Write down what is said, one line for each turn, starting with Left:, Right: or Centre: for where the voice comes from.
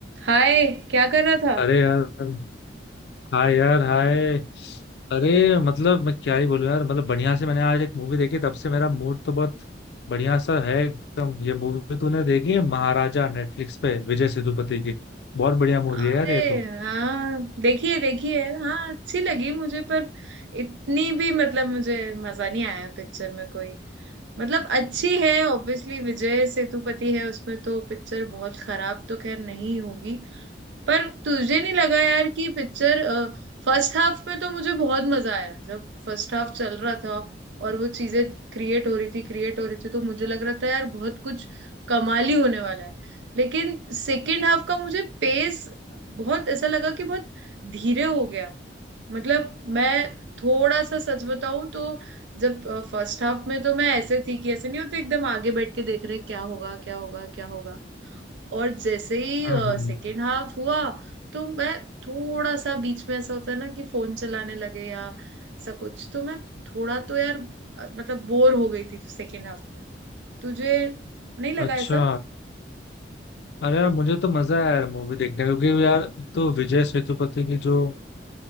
Right: हाय क्या कर रहा था
Left: अरे यार हाय यार हाय अरे मतलब मैं क्या ही बोलूं यार मतलब बढ़िया से मैंने आज एक मूवी देखी तब से मेरा मूड तो बहुत बढ़िया सा है एकदम ये मूवी तूने देखी है महाराजा नेटफ्लिक्स पे विजय सेतुपति की बहुत बढ़िया मूवी
Right: अरे
Left: है यार ये तो
Right: हाँ देखिए देखिए हाँ अच्छी लगी मुझे पर इतनी भी मतलब मुझे मजा नहीं आया पिक्चर में कोई मतलब अच्छी है ऑब्वियसली विजय सेतुपति है उसमें तो पिक्चर बहुत खराब तो खैर नहीं होगी पर तुझे नहीं लगा यार कि पिक्चर फर्स्ट हाफ में तो मुझे बहुत मजा आया जब फर्स्ट हाफ चल रहा था और वो चीजें क्रिएट हो रही थी क्रिएट हो रही थी तो मुझे लग रहा था यार बहुत कुछ कमाल ही होने वाला है लेकिन सेकेंड हाफ का मुझे पेस बहुत ऐसा लगा कि बहुत धीरे हो गया मतलब मैं थोड़ा सा सच बताऊं तो जब फर्स्ट हाफ में तो मैं ऐसे थी कि ऐसे नहीं होते एकदम आगे बैठ के देख रहे क्या होगा क्या होगा क्या होगा और जैसे ही
Left: हम्म हम्म।
Right: सेकेंड हाफ हुआ तो मैं थोड़ा सा बीच में ऐसा होता है ना कि फोन चलाने लगे या ऐसा कुछ तो मैं थोड़ा तो यार अ, मतलब बोर हो गई थी सेकेंड हाफ में तुझे नहीं लगा
Left: अच्छा
Right: ऐसा
Left: अरे यार मुझे तो मजा आया यार मूवी देखने का, क्योंकि यार एक तो विजय सेतुपति की जो